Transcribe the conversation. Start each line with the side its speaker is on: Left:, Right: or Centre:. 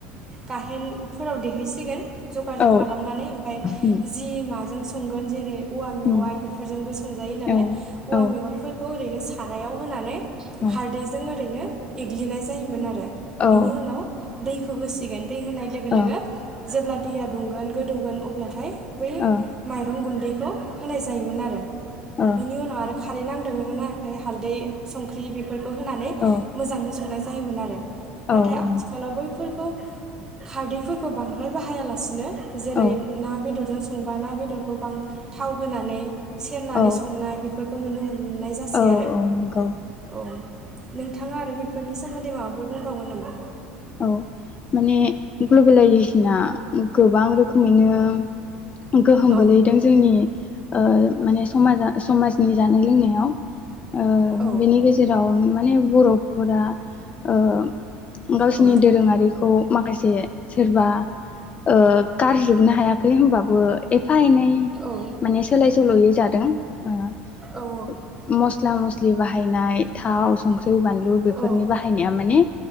Right: गाहेनफोराव देहोसिगोन जगार
Left: औ
Right: खालामनानै ओमफाय
Left: उम
Right: जि माजों संगोन जेरै औवा मेवाइ
Left: उम
Right: बेफोरजोंबो संजायो नालाय
Left: औ
Right: औवा
Left: औ
Right: मेवाइफोरखौ ओरैनो सा रायाव होनानै
Left: औ
Right: खारदैजों ओरैनो एग्लिनाय जायोमोन आरो
Left: औ ओ
Right: बेनि उनाव दैखौ होसिगोन दै होनाय लोगो
Left: ओ
Right: लोगो जेब्ला दैया दुंगोन गोदौगोन अब्लाथाय बै
Left: ओ
Right: माइरं गुन्दैखौ होनाय जायोमोन आरो।
Left: ओ
Right: बिनि उनाव आरो खारै नांदों ना नङाखै हालदै संख्रि बेफोरखौ होनानै
Left: औ
Right: मोजांनो सं नाय जायोमोन आरो नाथाय
Left: औ उम
Right: आथिखालाव बैफोर खौ खारदैफोरखौ बांद्राय बाहाया लासिनो जेरै
Left: औ
Right: ना बेदरजों संबा ना बेदरखौ बां थाव होनानै सेरनानै
Left: औ
Right: संनाय बेफोरखौ नुनो मोन नाय जासै
Left: औ
Right: आरो
Left: नंगौ
Right: औ। नोंथाङा आरो बेफोरनि सोमोन्दै माबाफोर बुंबावगोन नामा?
Left: औ माने ग्लबेलाइजेसना गोबां रोखोमैनो गोहोम
Right: औ
Left: गोलैदों जोंनि ओ माने समाजा समाजनि जानाय लोंनायाव ओ
Right: औ
Left: बेनि गेजेराव माने बर'फोरा ओ गावसिनि
Right: औ
Left: दोरोङारिख माखासे सोरबा ओ गारजोबनो हायाखै हमबाबो एफ फा एनै
Right: औ
Left: माने सोलाय सोल'यै जादों ओ
Right: औ
Left: मस स्ला मस्लि बाहायनाय थाव संख्रि बानलु बेफोरनि
Right: औ
Left: बाहायनाया माने